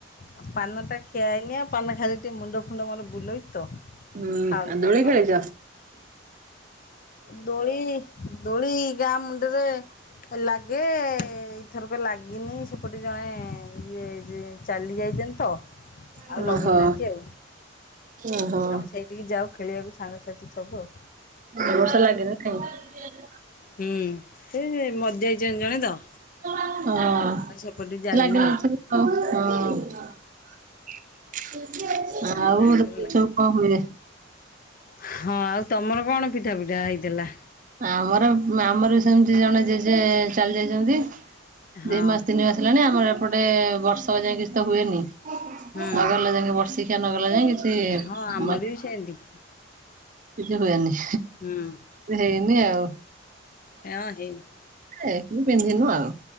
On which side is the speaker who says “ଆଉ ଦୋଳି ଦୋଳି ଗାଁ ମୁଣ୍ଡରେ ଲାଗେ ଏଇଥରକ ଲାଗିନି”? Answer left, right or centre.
Left